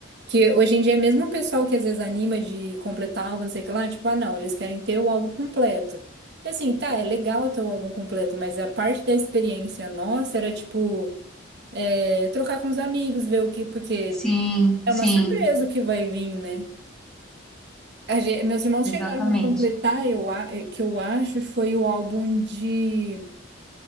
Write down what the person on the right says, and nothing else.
Que hoje em dia, é mesmo o pessoal que às vezes anima de completar álbum, não sei o que lá, tipo, ah, não, eles querem ter o álbum completo. E assim, tá, é legal ter o álbum completo, mas a parte da experiência nossa era tipo, é, trocar com os amigos, ver o que, porque
é
uma surpresa o que vai vir, né? A gen- meus irmãos
chegaram a completar, eu, a- eh, que eu acho, foi o álbum de.